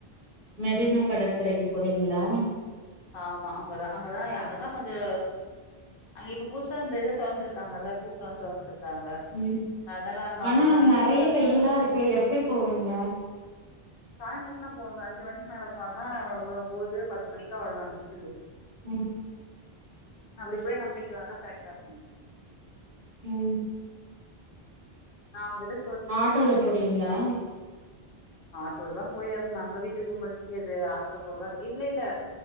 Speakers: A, on the right; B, on the left.
A: மெரினா கடற்கரைக்கு போறீங்ளா
B: ஆமா அங்கதா அங்கதா அங்கதா கொஞ்சோ அங்க இப்ப புதுசா அந்த இது தொறந்திருக்காங்கல்ல பூங்கா தொறந்திருக்காங்க
A: ம்
B: அதனால அங்க
A: ஆனா
B: அவங்க
A: நெறைய
B: கீழ உக்காந்துட்டாங்கன்னா
A: வெயிலா இருக்கே எப்டி போவீங்க
B: சாயங்காலம் தா போறது அஞ்சு மணிக்கு மேல போன ஒரு ஒம்போது பத்து மணிக்கா வரலா முடிச்சிட்டு
A: ம்
B: அப்டி போயி நம்ம வீட்டுக்கு வந்தாதா கரெக்டா இருக்கும்
A: ம்
B: நா உன் கிட்ட
A: ஆட்டோல போறீங்ளா
B: ஆட்டோலதா போயாகணு நம்ம வீட்டுக்கு <unintelligible> ஆட்டோல போறதா இல்ல இல்ல